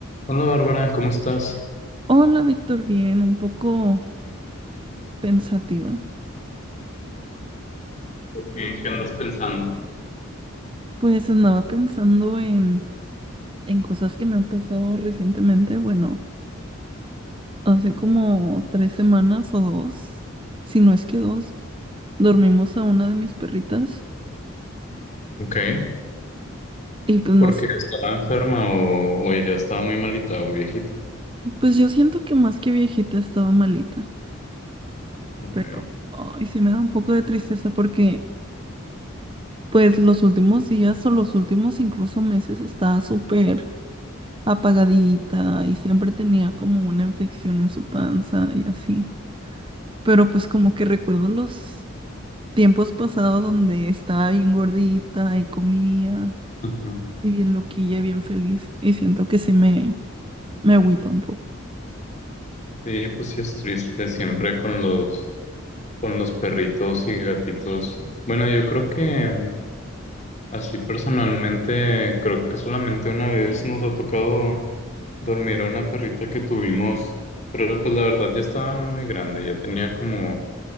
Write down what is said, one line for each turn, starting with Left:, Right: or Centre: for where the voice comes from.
Left: Hola Bárbara, ¿cómo estás?
Right: Hola, Víctor, bien, un poco pensativa.
Left: ¿En qué andas pensando?
Right: Pues andaba pensando en, en cosas que me han pasado recientemente. Bueno, hace como tres semanas o dos, si no es que dos, dormimos a una de mis perritas
Left: Ok,
Right: y pues
Left: porque
Right: no sé,
Left: estaba enferma o, o ya estaba muy malita o viejita.
Right: pues yo siento que más que viejita estaba malita,
Left: Ok.
Right: pero ay, sí me da un poco de tristeza porque pues los últimos días o los últimos incluso meses estaba súper apagadita y siempre tenía como una infección en su panza y así. Pero pues como que recuerdo los tiempos pasados donde estaba bien gordita y comía
Left: Ujú.
Right: y bien loquilla y bien feliz y siento que sí me, me agüita un poco.
Left: Sí, pues sí es triste siempre con los, con los perritos y gatitos. Bueno, yo creo que así personalmente, creo que solamente una vez nos ha tocado dormir a una perrita que tuvimos, pero pues la verdad ya estaba muy grande, ya tenía como